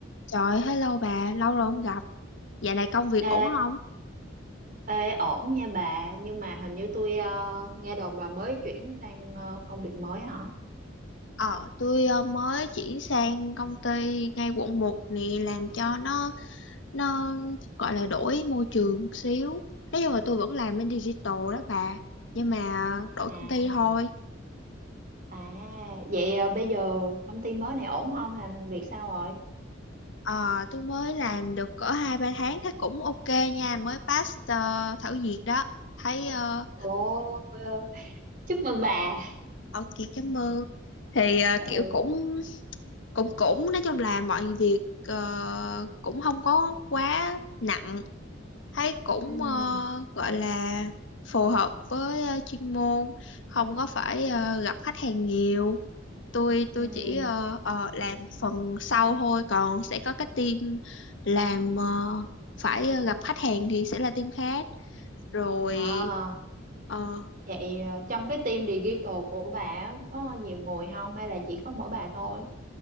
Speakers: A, on the left (about 65°); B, on the right (about 45°).
A: Trời, hello bà, lâu rồi không gặp. Dạo này công việc
B: Ê,
A: ổn không?
B: ê, ổn nha bà nhưng mà hình như tôi ờ, nghe đồn bà mới chuyển sang ờ, công việc mới hả
A: Ờ, tôi ờ, mới chuyển sang công ty ngay quận một này làm cho nó nó gọi là đổi môi trường một xíu. Nói chung là tôi vẫn làm bên digital đó bà, nhưng mà đổi
B: à
A: công ty thôi.
B: à vậy ờ, bây giờ công ty mới này ổn không làm việc sao rồi
A: Ờ, tôi mới làm được cỡ hai ba tháng thấy cũng ok nha, mới pass ờ, thử việc đó. Thấy ờ,
B: ồ ờ, chúc mừng bà
A: ok cảm ơn. Thì ờ,
B: ừ
A: kiểu cũng cũng cũng nói chung là mọi việc ờ, cũng không có quá nặng thấy cũng
B: ừ
A: ờ, gọi là phù hợp với ờ, chuyên môn không có phải ờ, gặp khách hàng nhiều tôi tôi
B: ừ
A: chỉ ờ, ờ, làm phần sau thôi còn sẽ có cái team làm ờ, phải ờ, gặp khách hàng thì sẽ là team khác rồi
B: à
A: ờ
B: vậy ờ, trong cái team digital của bà á, có nhiều người không hay là chỉ có mỗi bà thôi